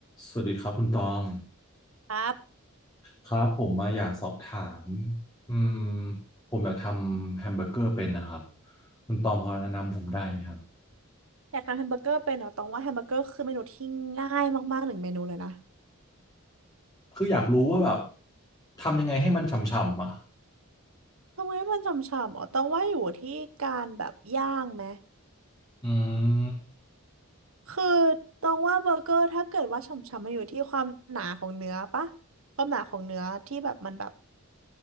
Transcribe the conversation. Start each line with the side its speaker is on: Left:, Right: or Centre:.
Left: สวัสดีครับคุณตอง
Right: ครับ
Left: ครับผมมาอยากสอบถามอืมผมอยากทำแฮมเบอร์เกอร์เป็นนะครับคุณตองพอแนะนำผมได้ไหมครับ
Right: อยากทำแฮมเบอร์เกอร์เป็นเหรอต้องว่าแฮมเบอร์เกอร์คือเมนูที่ง่ายมากๆหนึ่งเมนูเลยนะ
Left: คืออยากรู้ว่าแบบทำยังไงให้มันฉ่ำๆอ่ะ
Right: ทำไมมันฉ่ำๆอ๋อต้องว่าอยู่ที่การแบบย่างไหม
Left: อืม
Right: คือต้องว่าเบอร์เกอร์ถ้าเกิดว่าฉ่ำๆมันอยู่ที่ความหนาของเนื้อปะความหนาของเนื้อที่แบบมันแบบ